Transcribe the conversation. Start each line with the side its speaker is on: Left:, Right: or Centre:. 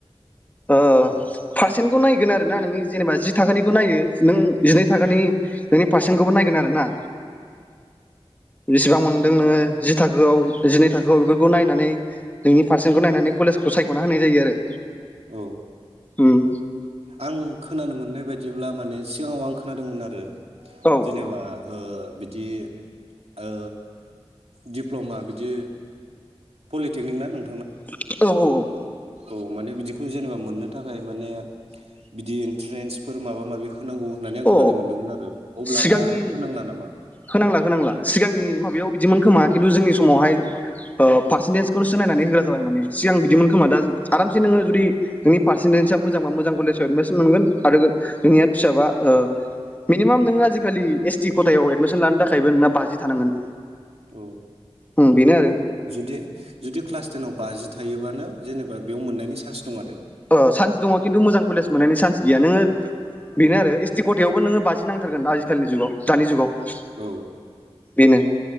Left: ओ
Right: औ
Left: पारसेनखौ नायगोन आरोना नोंनि जेनेबा थाखोनिबो नायो नों जिनै थाखोनि नोंनि पारसेन्टखौबो नायगोन आरो ना बेसेबां मोनदों नोङो? जि थाखोआव जिनै थाखोआव बेफोरखौ नायनानै नोंनि पारसेन्खौ नायनानै कलेजखौ सायखना होनाय जायो आरो।
Right: औ
Left: उम
Right: आं खोनानो मोननाय बायदि जेब्ला माने सिगाङाव आं खोनादोंमोन आरो।
Left: औ
Right: जेनेबा ओ बिदि ओ दिप्लमा बिदि पलिटेकनिक ना नों
Left: <inaudible> औ औ औ
Right: औ माने बिदिखौ जेनेबा मोननो थाखाय माने बिदि इन्ट्रेन्सफोर माबा माबि हो होनांगौ होननानै आं
Left: औ अ
Right: खोनानाय मोनदोंमोन आरो अब्ला
Left: सिगांनि
Right: दा होनांला नामा?
Left: होनांला होनांला सिगांनि माबायाव बिदिमोन खोमा खिन्थु जोंनि समावहाय ओ पारसेन्टेजखौनो सिनायनानै होग्रा जाबाय माने सिगां बिदिमोन खोमा दा आरामसे नोङो जुदि नोंनि पारसेन्टेेजआ मोजांबा मोजां कलेजाव एडमिसन मोनगोन आरो नोंनिया फिसाबा ओ मिनिमाम नोङो आजिखालि एस टि खथायाव एदमिसन लानो थाखायबो नोंना बाजि थानांगोन।
Right: औ
Left: उम बेनो आरो
Right: जुदि जुदि क्लास जोंनाव बाजि थायोबानो जेनेबा बेयाव मोननायनि सान्स दं आरो।
Left: अ सान्स दङ खिन्थु मोजां कलेज मोननायनि सान्स गैया नोङो
Right: औ
Left: बेनो आरो एसटि कथायायावबो नोङो बाजि नां थारगोन आजिखालि जुगाव दानि जुगाव
Right: औ।
Left: बेनो